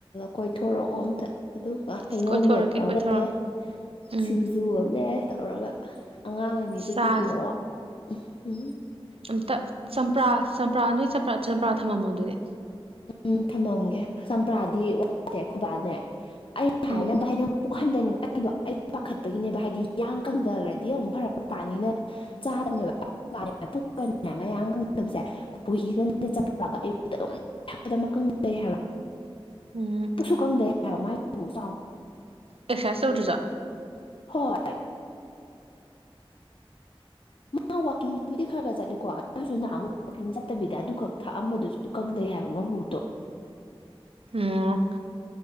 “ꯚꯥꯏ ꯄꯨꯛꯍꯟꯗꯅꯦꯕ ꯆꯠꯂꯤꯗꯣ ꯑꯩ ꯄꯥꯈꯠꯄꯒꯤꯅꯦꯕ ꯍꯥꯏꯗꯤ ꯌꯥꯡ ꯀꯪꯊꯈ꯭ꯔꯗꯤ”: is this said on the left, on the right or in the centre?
Left